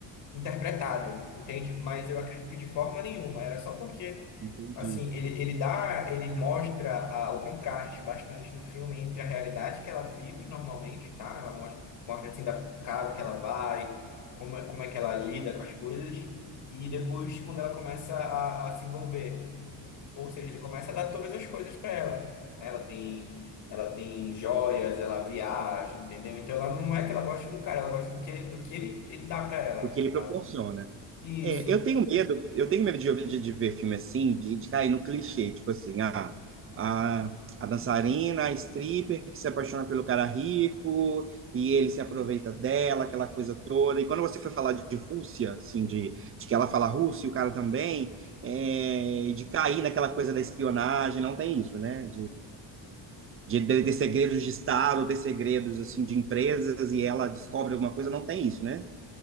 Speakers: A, on the left; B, on the right.
A: interpretado, entende? Mas eu acredito que de forma nenhuma, era só porque
B: Entendi.
A: Assim, ele, ele dá, ele mostra ah, o contraste bastante no filme entre a realidade que ela vive normalmente, tá? Ela mostra, mostra assim da casa que ela vai, como, é- como é que ela lida com as coisas, e depois quando ela começa a, a se envolver, ou seja, ele começa a dar todas as coisas para ela, né? Ela tem, ela tem joias, ela viaja, entendeu? Então ela não é que ela goste do cara, ela gosta do que, do que ele, ele dá para ela,
B: O que ele
A: sabe?
B: proporciona.
A: Isso.
B: É, eu tenho medo, eu tenho medo de, de, de ver filme assim, de, de cair no clichê, tipo assim, ah, a, a dançarina, a stripper que se apaixona pelo cara rico e ele se aproveita dela, aquela coisa toda. E quando você foi falar de Rússia, assim, de, de que ela fala russo e o cara também, é, de cair naquela coisa da espionagem, não tem isso, né? de, de, de segredos de Estado, ter segredos assim de empresas e ela descobre alguma coisa, não tem isso, né?